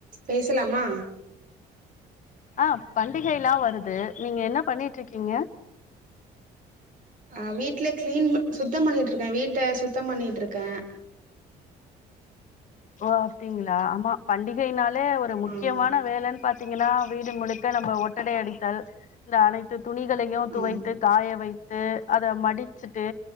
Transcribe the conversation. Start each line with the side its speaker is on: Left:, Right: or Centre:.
Right: பேசலாமா
Left: ஆ பண்டிகைல்லா வருது நீங்க என்ன பண்ணிட்டுருக்கீங்க
Right: ஆ வீட்ல கிளீன் ப சுத்தம் பண்ணிட்டுருக்க வீட்ட சுத்தம் பண்ணிட்டுருக்க
Left: ஓ அப்டிங்களா ஆமா பண்டிகையினாலே ஒரு முக்கியமான
Right: ஆமா
Left: வேல பாத்தீங்கன்னா வீடு முழுக்க நம்ம ஒட்டடை அடித்தல் இந்த அனைத்து துணிகளையு துவைத்து
Right: ஆமா
Left: காய வைத்து அத மடிச்சுட்டு